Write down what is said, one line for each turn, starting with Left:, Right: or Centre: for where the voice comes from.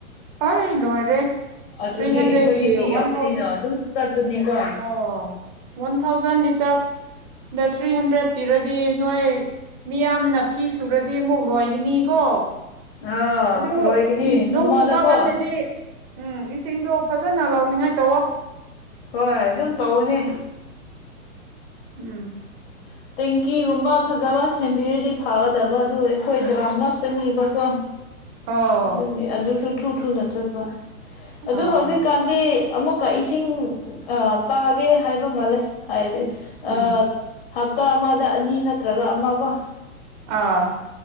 Right: ꯑꯩ ꯂꯣꯏꯔꯦ
Left: ꯑꯗꯨꯗꯤ
Right: ꯊ꯭ꯔꯤ ꯍꯟꯗ꯭ꯔꯦꯠꯒꯤ
Left: ꯑꯩꯈꯣꯏꯗꯤ ꯃꯤ
Right: ꯋꯥꯟ
Left: ꯌꯥꯝꯕꯅꯤꯅ
Right: ꯊꯥꯎꯖꯟ
Left: ꯑꯗꯨꯝ ꯆꯠꯄꯅꯤꯀꯣ
Right: ꯑꯣ ꯋꯥꯟ ꯊꯥꯎꯖꯟ ꯂꯤꯇꯔ ꯗ ꯊ꯭ꯔꯤ ꯍꯟꯗ꯭ꯔꯦꯗ ꯄꯤꯔꯗꯤ ꯅꯣꯏ ꯃꯤꯌꯥꯝꯅ ꯐꯤ ꯁꯨꯔꯗꯤ ꯑꯃꯨꯛ ꯂꯣꯏꯒꯤꯅꯤꯀꯣ
Left: ꯑꯥ
Right: ꯑꯗꯨ
Left: ꯂꯣꯏꯒꯅꯤ ꯅꯣꯡꯃꯗꯀꯣ
Right: ꯅꯣꯡ ꯆꯨꯕ ꯀꯥꯟꯗꯗꯤ ꯎꯝ ꯏꯁꯤꯡꯗꯣ ꯐꯖꯅ ꯂꯥꯎꯅꯤꯡꯉꯥꯏ ꯇꯧꯋꯣ
Left: ꯍꯣꯏ ꯑꯗꯨꯝ ꯇꯧꯕꯅꯤ
Right: ꯎꯝ
Left: <unintelligible> ꯇꯦꯡꯀꯤꯒꯨꯝꯕ ꯐꯖꯕ ꯁꯦꯝꯕꯤꯔꯗꯤ ꯐꯥꯒꯗꯕ ꯑꯗꯨ ꯑꯩꯈꯣꯏ ꯗ꯭ꯔꯥꯝ ꯉꯥꯛꯇꯅꯤꯕꯀꯣ
Right: ꯑꯣ
Left: ꯑꯗꯨꯅꯤ ꯑꯗꯨꯁꯨ ꯊꯨ ꯊꯨꯅ ꯆꯠꯄ ꯑꯗꯨ
Right: ꯑꯥ
Left: ꯍꯧꯖꯤꯛꯀꯥꯟ ꯗꯤ ꯑꯃꯨꯛꯀ ꯏꯁꯤꯡ ꯇꯥꯒꯦ ꯍꯥꯏꯕ ꯃꯥꯜꯂ‌ꯦ ꯍꯥꯏꯕꯤ ꯑ
Right: ꯎꯝ
Left: ꯍꯞꯇꯥ ꯑꯃꯗ ꯑꯅꯤ ꯅꯠꯇ꯭ꯔꯒ ꯑꯃ ꯀꯣ
Right: ꯑꯥ